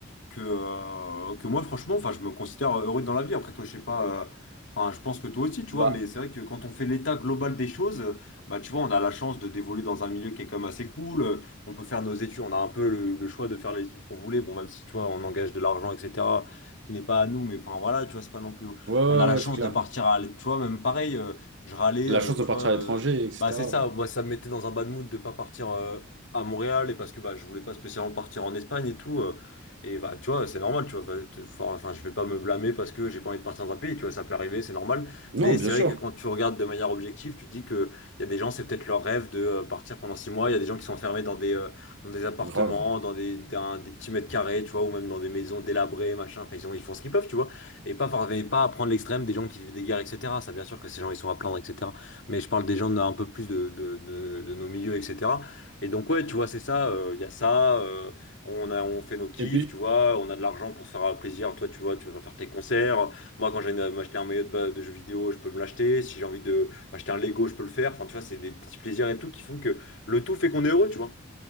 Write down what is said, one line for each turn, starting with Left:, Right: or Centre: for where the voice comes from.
Left: que, euh, que moi, franchement, enfin, je me considère euh, heureux dans la vie. Après, toi, je sais pas, euh, enfin, je pense que toi aussi, tu
Right: Bah,
Left: vois, mais c'est vrai que quand on fait l'état global des choses, euh, bah, tu vois, on a la chance de d'évoluer dans un milieu qui est quand même assez cool. euh, On peut faire nos études, on a un peu le, le choix de faire les études qu'on voulait. Bon, même si, tu vois, on engage de l'argent, etc., qui n'est pas à nous, mais enfin, voilà, tu vois, c'est pas non plus.
Right: ouais, ouais,
Left: On a la
Right: ouais,
Left: chance
Right: c'est clair.
Left: de partir à, l'- tu vois, même pareil, euh, je râlais,
Right: La
Left: euh,
Right: chance
Left: tu
Right: de partir
Left: vois.
Right: à
Left: euh,
Right: l'étranger, etc.
Left: bah c'est ça, moi ça me mettait dans un bad mood de pas partir euh, à Montréal et parce que bah, je voulais pas spécialement partir en Espagne et tout. euh, et bah, tu vois, c'est normal, tu vois. fa- te- fa- Enfin, je vais pas me blâmer parce que j'ai pas envie de partir dans un pays, tu vois, ça peut arriver, c'est normal.
Right: Non,
Left: Mais
Right: bien
Left: c'est
Right: sûr,
Left: vrai que quand tu regardes de manière objective, tu te dis que il y a des gens, c'est peut-être leur rêve de euh, partir pendant six mois. Il y a des gens qui sont enfermés dans des, euh, dans des appartements,
Right: grave.
Left: dans des, dans des petits mètres carrés, tu vois, ou même dans des maisons délabrées, machin. Enfin, ils ont, ils font ce qu'ils peuvent, tu vois. Et pas, for- mais pas à prendre l'extrême des gens qui vivent des guerres, etc. Ça, bien sûr que ces gens, ils sont à plaindre, etc. Mais je parle des gens d'un peu plus de, de, de, de nos milieux, etc. Et donc, ouais, tu vois, c'est ça. euh, Il y a ça. euh, on a, on fait nos kiffs,
Right: Et puis,
Left: tu vois. On a de l'argent pour se faire euh, plaisir. Toi, tu vois, tu vas faire tes concerts. Moi, quand j'ai envie de m'acheter un maillot de, ba- de jeu vidéo, je peux me l'acheter. Si j'ai envie de m'acheter un Lego, je peux le faire. Enfin, tu vois, c'est des petits plaisirs et tout qui font que le tout fait qu'on est heureux, tu vois.